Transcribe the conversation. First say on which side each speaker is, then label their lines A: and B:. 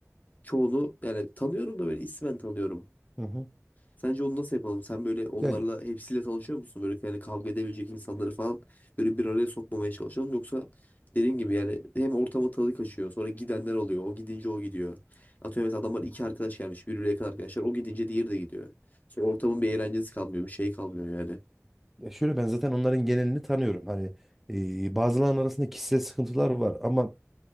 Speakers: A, on the left (about 30°); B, in the centre.
A: çoğunu yani tanıyorum da böyle ismen tanıyorum.
B: Hı hı.
A: Sence onu nasıl yapalım? Sen böyle onlarla
B: Ya,
A: hepsiyle tanışıyor musun? Böyle yani kavga edebilecek insanları falan böyle bir araya sokmamaya çalışalım. Yoksa dediğin gibi yani hem ortama tadı kaçıyor. Sonra gidenler oluyor. O gidince o gidiyor. Atıyorum mesela adamlar iki arkadaş gelmiş. Birbirine yakın arkadaşlar. O gidince diğeri de gidiyor. Sonra ortamın bir eğlencesi kalmıyor. Bir şey kalmıyor yani.
B: ya şöyle ben zaten onların genelini tanıyorum. Hani eee bazılarının arasında kişisel sıkıntılar var ama